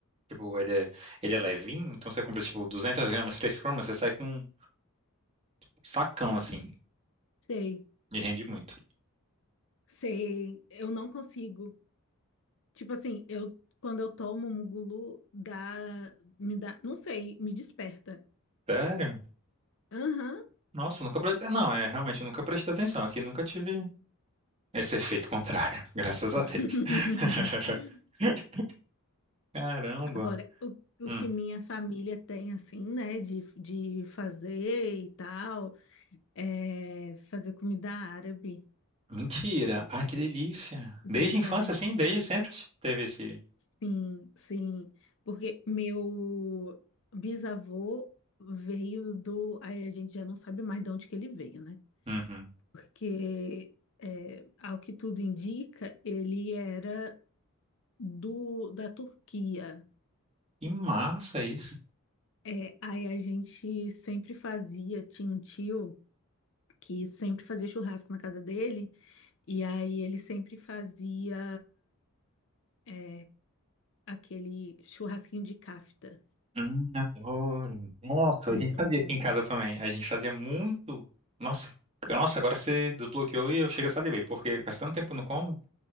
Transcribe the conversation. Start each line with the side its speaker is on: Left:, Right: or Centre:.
Right: tipo, ele é, ele é levinho, então você compra, tipo, 200 gramas, 3 cromas, você sai com um sacão, assim,
Left: Sei,
Right: e rende muito.
Left: sei, eu não consigo. Tipo assim, eu quando eu tomo mungulu, dá, me dá, não sei, me desperta.
Right: Sério?
Left: Aham.
Right: Nossa, nunca... pre- Não, é, realmente, eu nunca prestei atenção. Aqui nunca tive esse efeito contrário, <laughs> graças a
Left: <laughs>
Right: Deus. <laughs> Caramba.
Left: Agora, o,
Right: Hum,
Left: o que minha família tem, assim, né, de, de fazer e tal, é fazer comida árabe,
Right: mentira. Ai, que delícia.
Left: verdade.
Right: Desde a infância, assim, desde sempre teve esse...
Left: Sim, sim. Porque meu bisavô veio do. Aí a gente já não sabe mais de onde que ele veio, né?
Right: Uhum.
Left: Porque, é, ao que tudo indica, ele era do, da Turquia.
Right: Que massa isso.
Left: É, aí a gente sempre fazia, tinha um tio. que sempre fazia churrasco na casa dele, e aí ele sempre fazia é, aquele churrasquinho de cafta.
Right: Hum, adoro. Nossa,
Left: Ai,
Right: a gente
Left: é tão
Right: fazia
Left: bom.
Right: aqui em casa também. A gente fazia muito. Nossa, nossa, agora você desbloqueou e eu chego a salivei, porque faz tanto tempo que eu não como.